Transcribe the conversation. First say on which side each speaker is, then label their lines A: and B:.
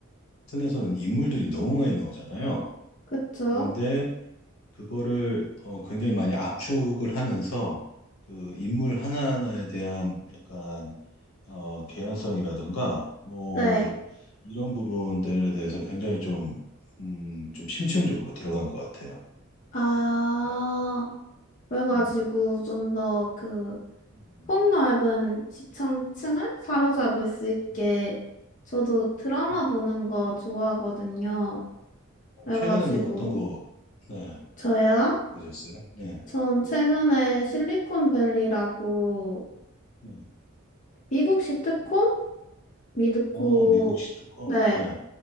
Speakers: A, on the left (about 75°); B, on the left (about 40°).
A: 튼에서는 인물들이 너무 많이 나오잖아요.
B: 그쵸?
A: 그런데 그거를 어, 굉장히 많이 압축을 하면서 그 인물 하나하나에 대한 약간 어, 개연성이라든가 뭐
B: 네.
A: 이런 부분들에 대해서 굉장히 좀, 음, 좀 심층적으로 들어간 것 같아요.
B: 아,
A: 음,
B: 그래가지고
A: 음,
B: 좀 더 그
A: 음,
B: 폭넓은 시청층을 사로잡을 수 있게
A: 음,
B: 저도 드라마
A: 음.
B: 보는 거 좋아하거든요.
A: 어,
B: 그래가지고
A: 최근에 뭐 어떤 거 네,
B: 저야
A: 보셨어요? 네,
B: 전 최근에 실리콘밸리라고
A: 네.
B: 미국 시트콤? 미드코
A: 어, 미국시 특검.
B: 네
A: 네.